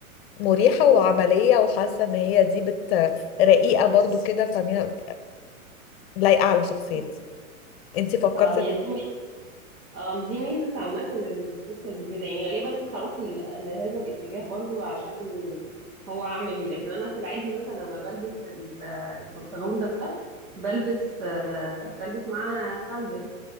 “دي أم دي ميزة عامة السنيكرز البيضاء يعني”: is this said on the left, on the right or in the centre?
Right